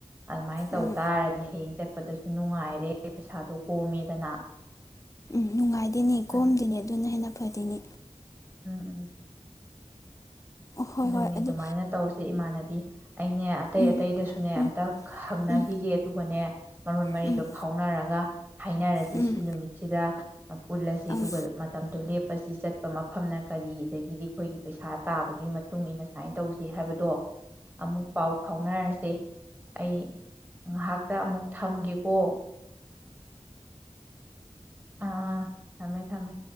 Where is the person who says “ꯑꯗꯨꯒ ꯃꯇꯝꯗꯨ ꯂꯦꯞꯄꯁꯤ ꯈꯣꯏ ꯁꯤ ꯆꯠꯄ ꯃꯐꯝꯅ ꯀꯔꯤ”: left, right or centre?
Right